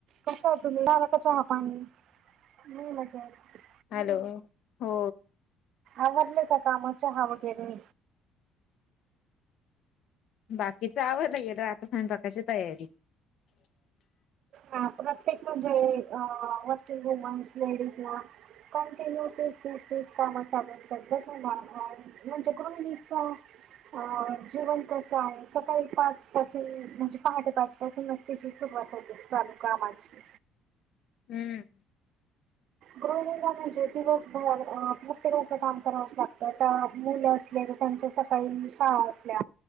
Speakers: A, on the right; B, on the left.
A: कसं होतत तुम्ही, झालं का चहा, पाणी, मी मजेत,
B: हॅलो? हो,
A: आवरली का काम, चहा वगैरे?
B: बाकीचा आवरलं गेल, आता स्वयंपाकाची तयारी.
A: हा प्रत्येक म्हणजे, अ वर्किंग वुमन्स लेडीज ना कंटिन्यू तीच, तीच तसंच काम चालू असतात, ना <unintelligible> म्हणजे गृहिणीचा, अ जीवन कस आहे, सकाळी पाच पासून म्हणजे पहाटे पाच पासून मस्तेची सुरुवात होते चालुकामाची
B: हम्म
A: गृहिणीला म्हणजे दिवसभर प्रत्येकाचं काम करावं लागत मुलं तर त्यांच्या सकाळी शाळा असल्या